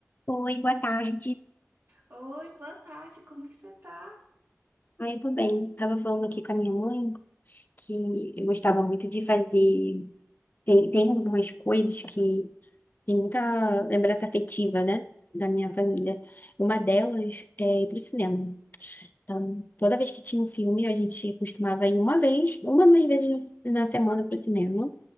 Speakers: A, on the left; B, on the right.
A: Oi, boa tarde.
B: Oi, boa tarde, como que você tá?
A: Ah, eu tô bem. Tava falando aqui com a minha mãe que eu gostava muito de fazer. Tem, tem algumas coisas que tem muita lembrança afetiva, né? Da minha família. Uma delas é ir pro cinema. Então, toda vez que tinha um filme, a gente costumava ir uma vez, uma, duas vezes no- na semana pro cinema.